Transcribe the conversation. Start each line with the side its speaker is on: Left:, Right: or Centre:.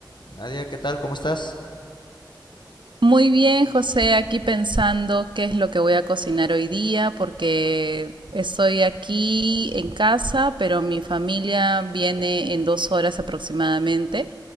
Left: Nadia, ¿qué tal? ¿Cómo estás?
Right: Muy bien, José, aquí pensando qué es lo que voy a cocinar hoy día, porque estoy aquí en casa, pero mi familia viene en dos horas aproximadamente